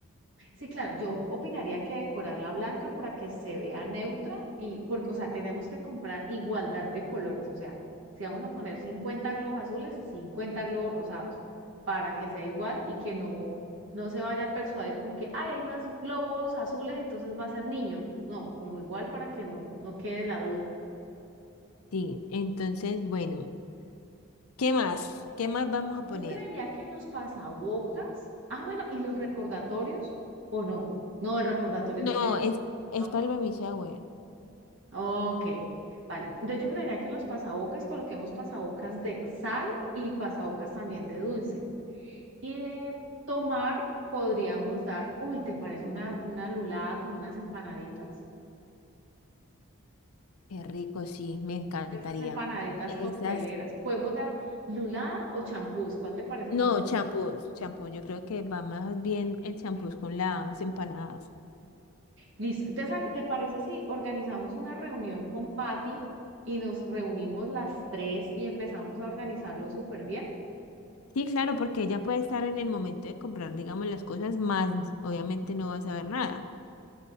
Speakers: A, on the right; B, on the left.
A: Sí, claro, yo opinaría que decorarla blanca para que se vea neutra y porque, o sea, tenemos que comprar igualdad de colores, o sea, si vamos a poner 50 globos azules, 50 globos rosados, para que sea igual y que no, no se vaya a persuadir como que, ay, hay más globos azules, entonces va a ser niño. No, como igual para que no, no quede la duda.
B: Sí, entonces, bueno, ¿qué más? ¿Qué más vamos a
A: Yo
B: poner?
A: creería que en los pasabocas, ah, bueno, y los recordatorios, o no, no, el recordatorio
B: No,
A: es más bien.
B: es, es
A: ah,
B: para
A: bueno.
B: el baby shower.
A: Ok, vale. Entonces yo creería que en los pasabocas coloquemos pasabocas de sal y pasabocas también de dulce. Y de tomar podríamos dar, uy, ¿te parece una, una lulada con unas empanaditas?
B: Qué rico, sí, me encantaría.
A: Esas empanaditas
B: Esas,
A: cocteleras. Podemos dar lulada o champús, ¿cuál te parece
B: no,
A: mejor?
B: champús, champú, yo creo que va más bien el champús con las empanadas.
A: Listo. Entonces, ¿a- ¿te parece si organizamos una reunión con Patty y nos reunimos las tres y empezamos a organizarlo súper bien?
B: Sí, claro, porque ella puede estar en el momento de comprar, digamos, las cosas, más obviamente no va a saber nada.